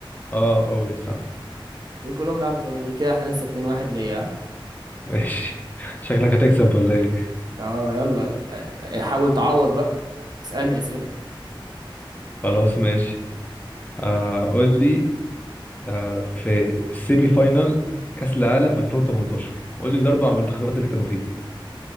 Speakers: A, on the left; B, on the right.
A: اه اوين صح
B: دول كلهم لعبوا في ريال مدريد كده احنا لسه 2-1 ليا ها؟
A: ماشي <laughs> شكلك هتكسب ولا ايه
B: اه يلا آه، آه، حاول تعوض بقى اسألني أسئلة
A: خلاص ماشي آه قول لي آه، في السيمي فاينال كأس العالم 2018 قول لي الأربع منتخبات اللي كانوا فيه